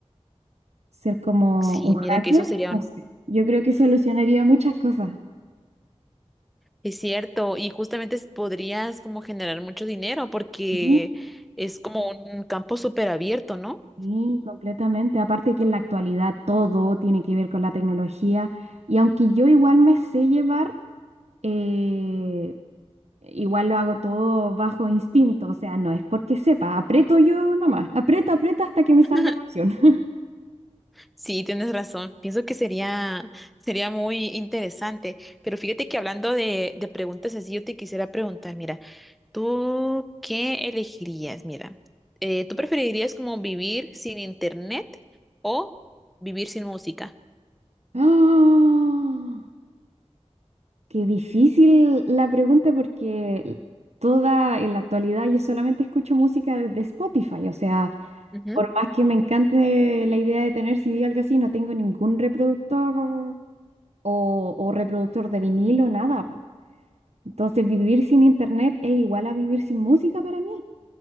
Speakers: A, on the right (about 70°); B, in the centre.
A: Ser como
B: Sí,
A: un hacker,
B: mira que eso sería
A: no sé. Yo creo que solucionaría muchas cosas.
B: Es cierto, y justamente s- podrías como generar mucho dinero porque
A: Sí,
B: es como un campo súper abierto, ¿no?
A: sí, completamente. Aparte que en la actualidad todo tiene que ver con la tecnología y aunque yo igual me sé llevar... eh, Igual lo hago todo bajo instinto, o sea, no es porque sepa, aprieto yo nomás, aprieto, aprieto hasta que me
B: <laughs>
A: salga la opción. <laughs>
B: Sí, tienes razón. Pienso que sería, sería muy interesante. Pero fíjate que hablando de, de preguntas así, yo te quisiera preguntar, mira, ¿tú qué elegirías? Mira, eh, ¿tú preferirías como vivir sin internet o vivir sin música?
A: ¡Ah! Qué difícil la pregunta porque toda en la actualidad yo solamente escucho música desde Spotify, o sea,
B: Ujú,
A: por más que me encante la idea de tener CD o algo así, no tengo ningún reproductor o, o reproductor de vinilo, nada. po. Entonces, vivir sin internet es igual a vivir sin música para mí.